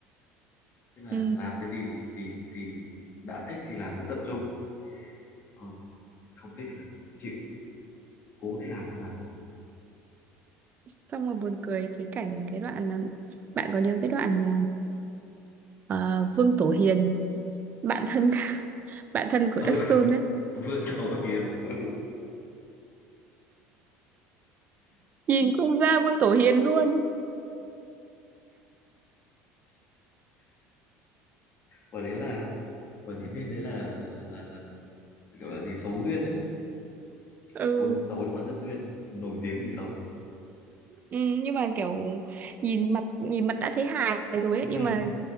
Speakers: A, on the left; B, on the right.
A: tức là
B: ừ.
A: làm cái gì thì thì đã thích thì làm rất tập trung còn không thích là chịu cố thế nào cũng làm được
B: xong rồi buồn cười cái cảnh cái đoạn là bạn có nhớ cái đoạn mà ờ, Vương Tổ Hiền bạn thân <laughs> bạn thân của
A: ừ
B: Đắc
A: <laughs>
B: Sơn ấy
A: vương tổ hiền ừ.
B: nhìn cũng ra Vương Tổ Hiền luôn
A: và đấy là và diễn viên đấy là là là gọi là gì xấu duyên đấy
B: ừ.
A: xấu xấu nhưng mà rất duyên nổi tiếng vì xấu
B: ừ nhưng mà kiểu nhìn mặt nhìn mặt đã thấy hài rồi ấy
A: ừ,
B: nhưng mà